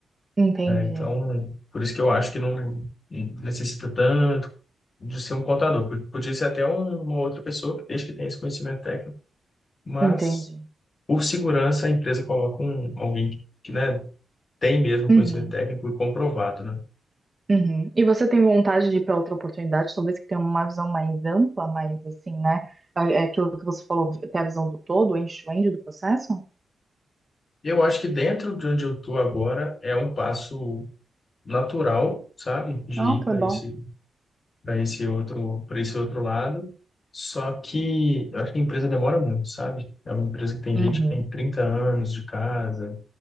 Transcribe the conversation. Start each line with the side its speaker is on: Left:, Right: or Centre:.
Right: entendi,
Left: Então, por isso que eu acho que não necessita tanto de ser um contador. Pod- Podia ser até um- uma outra pessoa, desde que tenha esse conhecimento técnico, mas
Right: entendi.
Left: por segurança, a empresa coloca um, alguém que, que, né, tem mesmo
Right: Uhum,
Left: conhecimento técnico e comprovado, né?
Right: uhum. E você tem vontade de ir para outra oportunidade, talvez que tenha uma visão mais ampla, mais assim, né? É é aquilo que você falou, ter a visão do todo, end-to-end do processo?
Left: E Eu acho que dentro de onde eu estou agora é um passo natural, sabe, de
Right: Ah,
Left: ir
Right: que
Left: para
Right: legal.
Left: esse, para esse outro, para esse outro lado. Só que eu acho que a empresa demora muito, sabe? É uma empresa que tem
Right: Uhum.
Left: gente que tem 30 anos de casa,